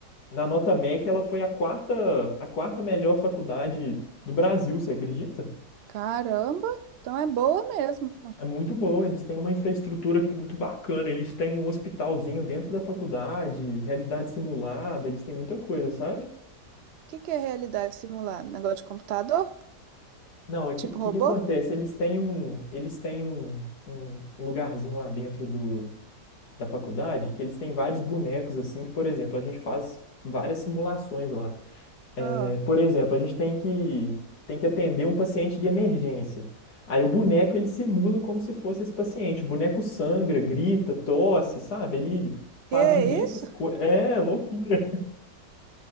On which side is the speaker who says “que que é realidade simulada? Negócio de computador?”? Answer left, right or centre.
Right